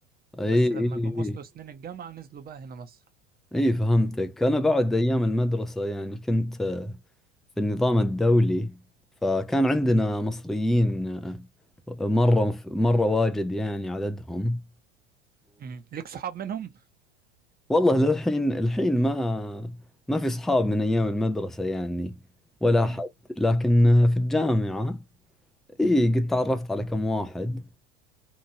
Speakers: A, in the centre; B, on the right.
A: إيه
B: بس
A: إيه
B: لما جم
A: إيه
B: وصلوا سنين الجامعه نزلوا بقى هنا مصر
A: إيه فهمتك أنا بعد أيام المدرسة يعني كنت آه، في النظام الدولي فكان عندنا
B: مم.
A: مصريين آه، مرة مرة واجد يعني عددهم
B: مم. ليك صحاب منهم
A: والله للحين الحين ما ما في اصحاب من ايام المدرسة يعني ولا
B: مم.
A: احد لكن في الجامعة اي قد تعرفت على كم واحد